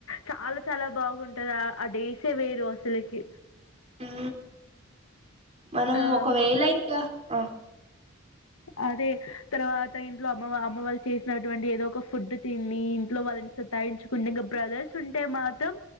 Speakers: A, on the left; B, on the right.
A: చాలా చాలా బాగుంటందా ఆ డేస్ ఏ వేరు అసలకి
B: హు మనం
A: ఆహ్,
B: ఒకవేళ
A: హ్మ్.
B: ఇంకా ఆ <inaudible>
A: అదే తర్వాత ఇంట్లో అమ్మ అమ్మ వాళ్ళు చేసినటువంటి ఏదో ఒక ఫుడ్ తిని ఇంట్లో వాళ్ళని సతాయించుకుంట ఇంకా బ్రదర్స్ ఉంటే మాత్రం